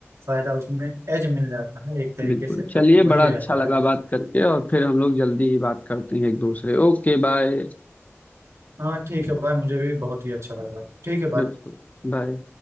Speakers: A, on the right; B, on the left.
A: फायदा उसमें एज मिल जाता है एक तरीके
B: बिल्कुल
A: से तो
B: चलिए
A: वही
B: बड़ा
A: रहता
B: अच्छा लगा
A: है
B: बात करके और फिर हम लोग जल्दी ही बात करते हैं एक दूसरे ओके बाय
A: हाँ ठीक है भाई मुझे भी बहुत ही अच्छा लगा ठीक है
B: बिल्कुल
A: भाई
B: बाय